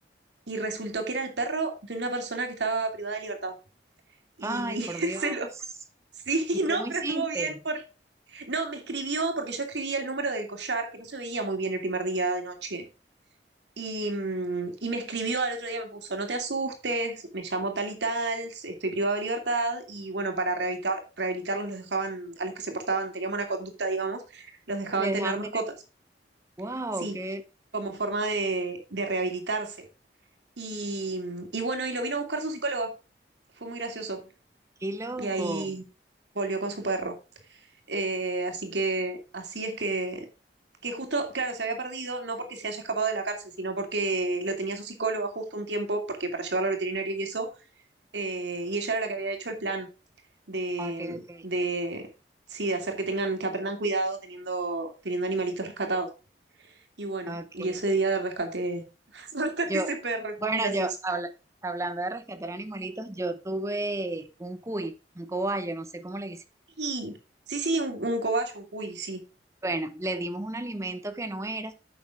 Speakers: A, on the right (about 80°); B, on the right (about 15°).
A: y resultó que era el perro de una persona que estaba privada de libertad. Y
B: Ay, por
A: <laughs>
B: Dios.
A: se lo... Sí,
B: ¿Y cómo
A: no,
B: hiciste?
A: pero estuvo bien. por- No, me escribió porque yo escribí el número del collar, que no se veía muy bien el primer día de noche. Y, mm, y me escribió al otro día, me puso, no te asustes, me llamó tal y tal, estoy privado de libertad, y bueno, para rehabilitar, rehabilitarlos los dejaban, a los que se portaban, tenían buena conducta, digamos, los dejaban
B: Le
A: tener
B: dejaban
A: mascotas,
B: tener, wow,
A: sí,
B: qué,
A: como forma de, de rehabilitarse. Y, y bueno, y lo vino a buscar su psicóloga, fue muy gracioso,
B: qué loco.
A: y ahí volvió con su perro. Eh, así que así es que, que justo, claro, se había perdido, no porque se haya escapado de la cárcel, sino porque lo tenía su psicóloga justo un tiempo, porque para llevarlo al veterinario y eso, eh, y ella era la que había hecho el plan de,
B: Ok, ok,
A: de, sí, de hacer que tengan, que aprendan cuidado teniendo, teniendo animalitos rescatados. Y bueno,
B: ok.
A: y ese día rescaté, <laughs> rescaté
B: Yo,
A: ese perro, y fue
B: bueno,
A: muy gracioso.
B: yo habla- hablando de rescatar animalitos, yo tuve un cuy, un cobayo, no sé cómo le dicen.
A: Sí, sí, sí, un, un cobayo, un cuy, sí. <gasps>
B: Bueno, le dimos un alimento que no era